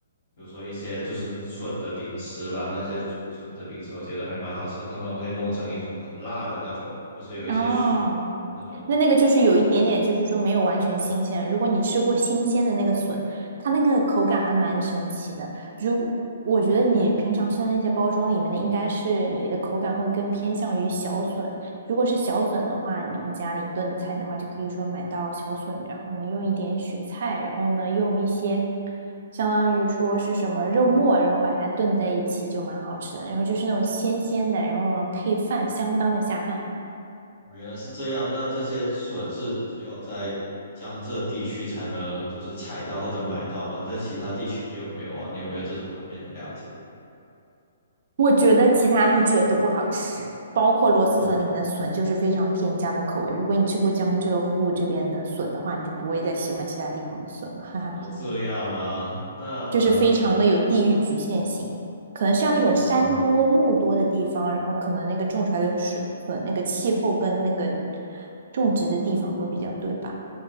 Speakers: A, on the left; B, on the right.
A: 如说一些就是笋的零食吧，那些竹笋的零食，我觉得还蛮好吃。他们会弄成一种很辣的那种，就是有一些笋
B: 哦，
A: 那种的。
B: 那那个就是有一点点，就是说没有完全新鲜。如果你吃过新鲜的那个笋，它那个口感还蛮神奇的。如我觉得你平常吃的那些包装里面的，应该是你的口感会更偏向于小笋。如果是小笋的话，你们家里炖菜的话，就可以说买到小笋，然后呢用一点雪菜，然后呢用一些相当于说是什么肉末，然后把它炖在一起就蛮好吃的。然后就是那种鲜鲜的，然后呢配饭相当的下饭。
A: 哦，原来是这样。那这些笋是只有在江浙地区才能就是采到或者买到吗？在其他地区有没有啊？你有没有这种方面的了解？
B: 我觉得其他地区的都不好吃，包括螺蛳粉里面的笋就是非常添加的口味。
A: 哦
B: 如果你吃过江浙沪这边的笋的话，你就不会再喜欢其他地方的笋了，哈哈，
A: 哦，这样吗？那呃。
B: 就是非常的有地域局限性。可能像那种山多木多的地方，
A: 哦
B: 然后可能那个种出来的笋笋那个气候跟那个种植的地方会比较对吧？